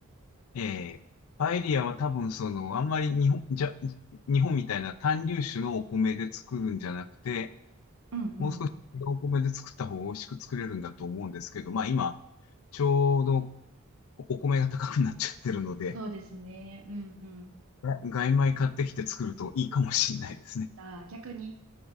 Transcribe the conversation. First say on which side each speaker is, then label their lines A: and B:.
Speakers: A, on the left; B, on the right.
A: えーパエリアは多分その、あんまり日本、じゃ、日本みたいな単粒種のお米で作るんじゃなくて、
B: うんうん。
A: もう少し違うお米で作った方が美味しく作れるんだと思うんですけど、まあ今、ちょうどおお米が高くなっちゃってるので、
B: そうですね。うんうん。
A: が外米買ってきて作るといいかもしれないですね。
B: ああ、逆に。